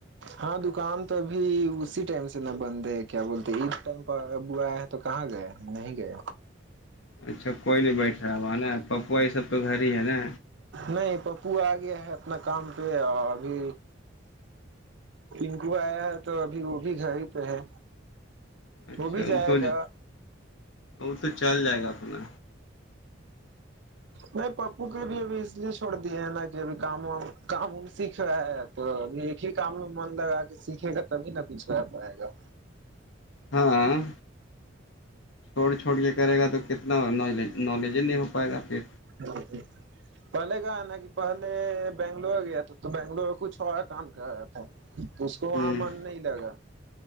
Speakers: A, on the right; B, on the left.
A: ہاں دکان تو ابھی اسی ٹائم سے نہ بند ہے کیا بولتے عید ٹائم پر ابویا تو کہاں گئے نہیں گئے
B: اچھا کوئی نہیں بیٹھ رہا ہوا نا پپوا یہ سب تو گھر ہی ہے نا
A: نہیں پپو آ گیا ہے اپنا کام پہ اور ابھی نکو آیا ہے تو ابھی وہ بھی گھر ہی پہ ہے
B: اچھا
A: بھی جائے
B: وہ تو
A: گا
B: وہ تو چل جائے گا اپنا
A: نہیں پپو کے بھی ابھی اس لیے چھوڑ دیے ہیں نا کہ ابھی کام وام کام سیکھ رہا ہے تو اب ایک ہی کام میں من لگا کہ سیکھے گا تبھی نہ کچھ کر پائے گا
B: ہاں چھوڑ چھوڑ کے کرے گا تو کتنا ن نالج ہی نہیں
A: ج
B: ہو پائے گا پھر
A: ہاں جی <unintelligible> پہلے کہ ہے نا کہ پہلے بنگلور گیا تھا تو بنگلور کچھ اورا کام کر رہا تھا اس کو وہاں
B: ہوں
A: من نہیں لگا